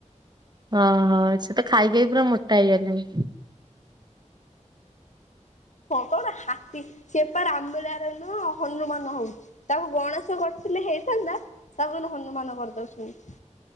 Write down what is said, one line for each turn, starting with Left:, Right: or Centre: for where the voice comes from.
Right: ଓଁହୋ ସେ ତ ଖାଇଖାଇ ପୁରା ମୋଟା ହେଇଗଲେଣି।
Left: ହଁ ପା ଗୋଟେ ହାତୀ ସେ ପା ରାମ ଲିଳା ରେ ନୁହଁ ହନୁମାନ ହଉଛି। ତାକୁ ଗଣେଶ କରିଥିଲେ ହେଇଥାନ୍ତା ତାକୁ କିନ୍ତୁ ହନୁମାନ କରିଦଉଛନ୍ତି।